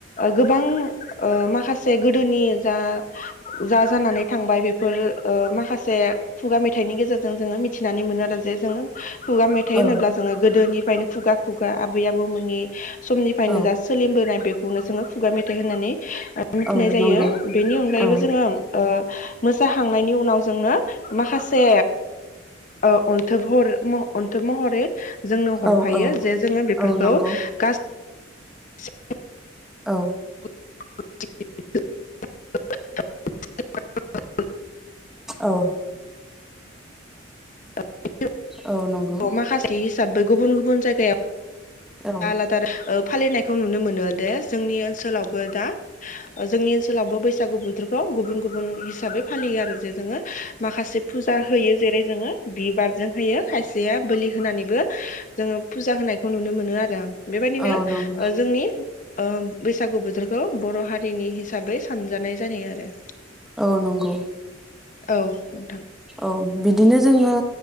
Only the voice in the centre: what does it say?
औ
औ
औ
नंगौ
औ
औ औ
औ नंगौ
औ
औ।
औ नंगौ
औ
औ नंगौ
औ नंगौ
औ बिदिनो जोङो